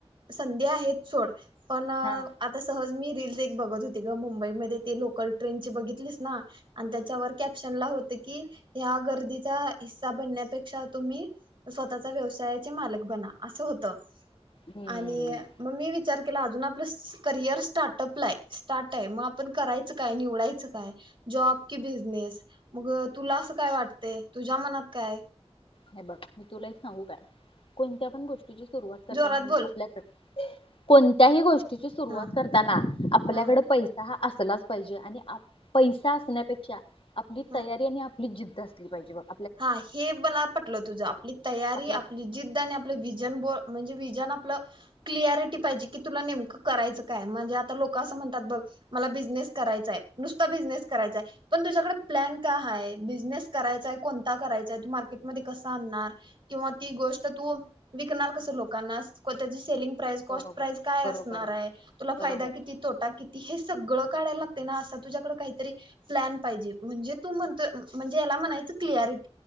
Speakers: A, on the right; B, on the left.
A: संधी आहेत सोड. पण.
B: हा
A: आता सहज मी रील्स एक बघत होती ग मुंबईमध्ये ते लोकल ट्रेन ची बघितलीस ना. आणि त्याच्यावर कॅप्शन ला होत की ह्या गर्दीचा हिस्सा बनण्यापेक्षा तुम्ही स्वतःचा व्यवसायाचे मालक बना असं होत.
B: हम्म
A: आणि मग मी वि विचार केला अजून आपलं करियर स्टार्टअपला हाय स्टार्ट आहे मग आपण करायचं काय निवडायचं काय जॉब कि बिझनेस मग तुला असं काय वाटतंय तुझ्या मनात काय?
B: हे बघ मी तुला एक सांगू काय कोणत्या पण गोष्ट तुझी सुरुवात करताना
A: जोरात
B: कणी
A: बोल
B: आपल्या कड कोणत्याही गोष्ट ची सुरुवात
A: हा
B: करताना आपल्याकड
A: हा
B: पैसा हा आस सलाच पाहिजे आणि आ पैसा असण्यापेक्षा आपली
A: हा
B: तयारी आणि आप हीच जिद्द असली पाहिजे बग.
A: हा हे मला पटलं. तुझ आपली तयारी
B: आपल्या
A: आपली जिद्द आणि आपलं व्हीजन ब म्हणजे व्हिजन आपलं क्लॅरिटी पाहिजे की तुला नेमकं करायचं काय माझ्या आता लोकं असं म्हणतात बघ मला बिझनेस करायचाय नुसता बिझनेस करायचाय पण तुझ्याकडे प्लॅन काय हाय बिझनेस करायचाय कोण धा करायचंय तु मार्केटमध्ये कसं आणणार किंवा ती गोष्ट तु विकणार कसं लोकांना पर त्यांच सेलिंग प्राईस कॉस्ट
B: बरोबर
A: प्राईस काय
B: बरोबर
A: असणार आहे तुला
B: बरोबर
A: फायदा किती
B: आहे.
A: तोटा किती हे सगळं काढाय लागतंय ना असं तुझ्याकडे काहीतरी प्लॅन पाहिजे म्हणजे तु म्हणतोय म्हणजे ह्याला म्हणायचं क्लिअरिटी.